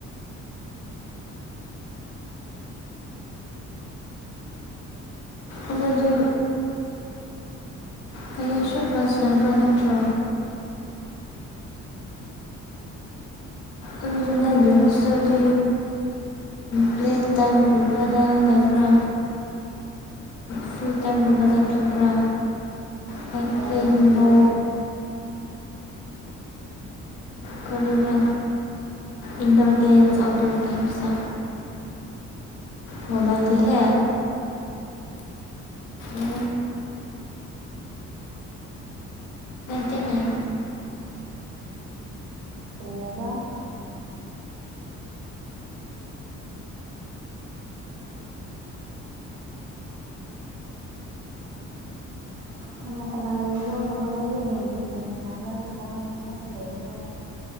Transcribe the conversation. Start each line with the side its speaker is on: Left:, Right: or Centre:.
Left: ꯑꯈꯣꯏꯗꯤ ꯍꯌꯦꯡꯁꯨ ꯀꯂꯥꯁ ꯂꯩꯕ꯭ꯔꯥ ꯅꯠꯇ꯭ꯔꯣ ꯑꯗꯨꯗꯤ ꯅꯪꯒꯤ ꯍꯣꯁꯇꯦꯜꯗꯤ ꯄ꯭ꯂꯦ ꯇꯥꯏꯝ ꯄꯨꯟꯕꯗ ꯂꯩꯕ꯭ꯔꯥ ꯐ꯭ꯔꯤ ꯇꯥꯏꯝꯒꯨꯝꯕꯗ ꯄꯤꯕ꯭ꯔꯥ ꯀ
Right: ꯍꯣꯏ
Left: ꯄ꯭ꯂꯦꯕꯣ
Right: ꯍꯣꯏ ꯄꯤꯌꯦ
Left: ꯀꯔꯤꯔ ꯏꯟꯗꯣꯔ ꯒꯦꯝꯁ ꯑꯥꯎꯠꯗꯣꯔ ꯒꯦꯝꯁ ꯃꯕꯥꯥꯏꯗꯤꯍꯦ ꯎ ꯗꯤꯅꯦ
Right: ꯀꯔꯤ ꯍꯥꯏꯕ ꯀꯅꯥ ꯀꯅꯥ ꯂꯩꯔꯤꯔꯣ ꯅꯃꯥꯟꯅꯕꯤꯒ ꯂꯩꯃꯤꯟ ꯂꯩꯃꯤꯟ ꯅꯕ꯭ꯔ ꯅꯠꯇꯔꯒ ꯅꯥꯊꯟ ꯂꯩꯕ꯭ꯔ